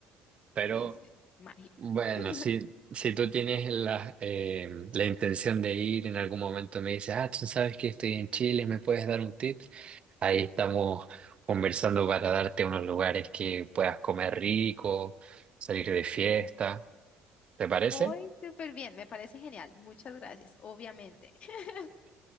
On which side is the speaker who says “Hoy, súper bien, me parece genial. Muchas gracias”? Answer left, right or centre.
Left